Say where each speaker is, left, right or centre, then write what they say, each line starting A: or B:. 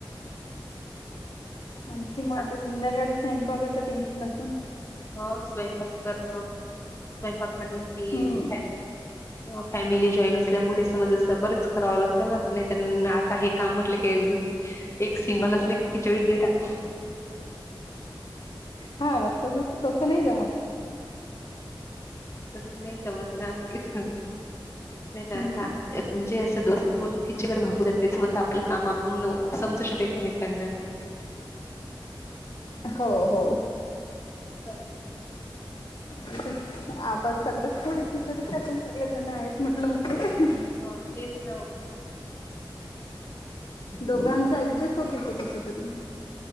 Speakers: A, on the left (about 65°); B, on the left (about 30°).
A: आणखी म
B: सांग
A: आता संध्याकाडी स्वयंपाकाचं टेन्शन अजून
B: हो स्वयंपाक करणं, स्वयंपाक म्हटलं की
A: हम्म
B: फॅमिली हो फॅमिली जॉईन असल्यामुळे समज असं बरंच करावं लागतं ना नाय त आता हे काम म्हटलं की, एक सिंगल असले खिचडी दे टाकून.
A: हा तसंचं तसं नाही जमत.
B: तसं नाही जमत ना, <unintelligible> नाय
A: हम्म.
B: त म्हणजे दोस् की मंग खिची वर भागू जातय, समज ज आपलं काम आपण समजू शक एकमेकांना
A: हो हो.
B: <unintelligible>
A: मी तुमच संग आप आता सगळेच थोडी खिचडी करतीन सगळे जण आहेत म्हटलं म्हणजे
B: हो तेच ना ओ
A: दोघांच ऍडजस्ट होते ते कसतरी